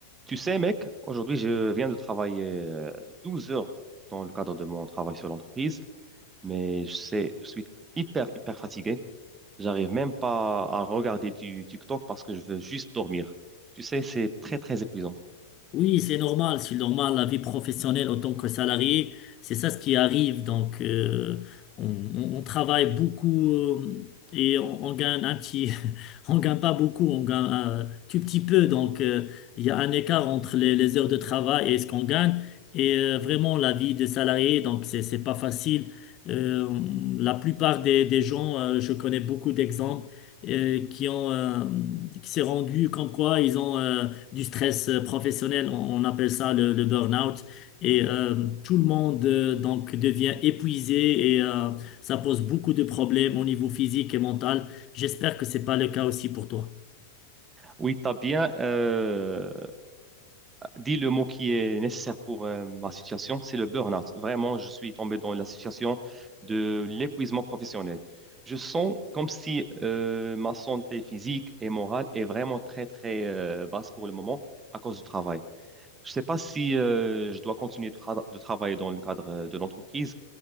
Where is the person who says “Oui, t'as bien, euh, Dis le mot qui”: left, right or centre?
Right